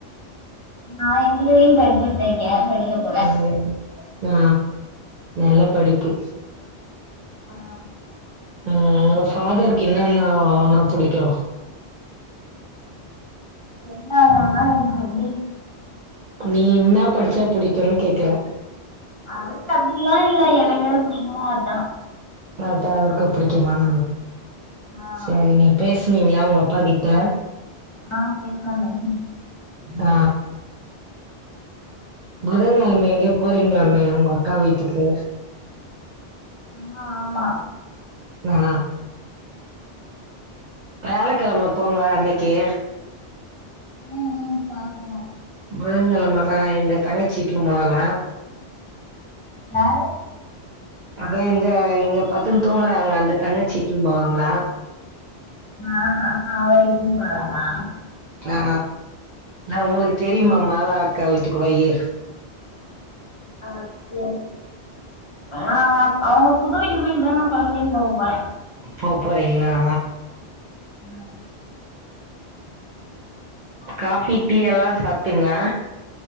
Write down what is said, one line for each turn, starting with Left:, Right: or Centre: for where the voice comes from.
Left: நா இன்ஜினியரிங் படிச்சுட்ருக்கே படிக்கப்
Right: ம் ஆ நல்லா படிப்பு
Left: ஆ
Right: அ உங்க ஃபாதர்க்கு என்னான்னா ஆனா புடிக்கு
Left: என்னா ஆனா என எப்டி
Right: நீ என்னா படிச்சா புடிக்குன்னு கேக்கறே
Left: அவருக்கு அப்டில்லா இல்ல எனக்கு எது புடிக்குமோ அதா
Right: அதா அவருக்கு புடிக்கும்மன்
Left: ஆ
Right: சேரிங்க பேசுனீங்களா உங்க அப்பா கிட் ட
Left: ஆ பேசுன பேசுன
Right: ஆ புதங்கெழம்ம எங்யோ போறீங்களாமே உங்க அக்கா வீட்டுக்கு
Left: ஆ ஆமா
Right: ஆ வியாழக்கெழம போங்க அன்னைக்கி
Left: ம் ம் பக்கணு
Right: புதங்கெழம்மன்னா எங்க தங்கச்சீட்டுல மாலா
Left: யாரு
Right: அதா இந்த இங்க பத்துன்னு தூங்கறாங்கள அந்த தங்கச்சீ இட்டுன்னு போவாங்களா
Left: ஆ ஹ ஹ அவ இட்ன்னு போராலா
Right: ஆ நா உங்ளுக்கு தெரியுமா மாலா அக்கா வீட்டுக்கு வயி
Left: ஆ <unintelligible> <inaudible> ஆ அவுங்க புது வீட்டுக்கு போயி இதா நா ஃபர்ஸ்ட் டைம் பாக்கபோற
Right: போப்போறீங்களா
Left: ஆ
Right: காபி டீ எல்லா சாப்ட்டிங்ளா